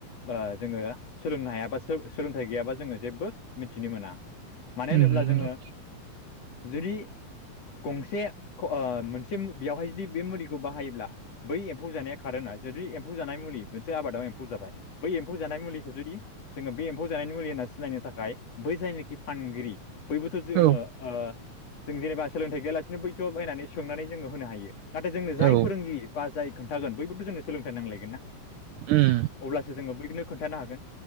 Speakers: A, on the left (about 45°); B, on the right (about 80°).
A: ओ जोङो सोलोंनो हायाबा सो-सोलोंथाइ गैयाबा जोङो जेबो मिथिनो मोना। मानो
B: उम
A: होनोब्ला
B: नंगौ।
A: जोङो जुदि गंसे ख' ओ मोनसे बेवहाय जुदि बे मुलिखौ बाहायोब्ला बै एम्फौ जानाया खारो ना जुदि एम फौ जानाय मुलि मोनसे आबादाव एम्फौ जाबाय। बै एम्फौ जानाय मुलिखौ जुदि जोङो बे एम्फौ जानायनि मुलि होनना सिनायनो थाखाय बै जायनाखि फानगिरि बैबोथ' जोङो
B: औ
A: ओ जों जेनेबा सोलोंथाइ गैयालासिनो बैथ' बनायनानै सोंनानै जोङो होनो हायो। नाथाय जोंनो जाय
B: औ
A: फोरोंगिरि बा जाय खोन्थागोन बैबोथ' जोंनो सोलोंथाइ नांलायगोन ना।
B: ओम।
A: अब्लासो जोङो बैनोबो खोन्थानो हागोन।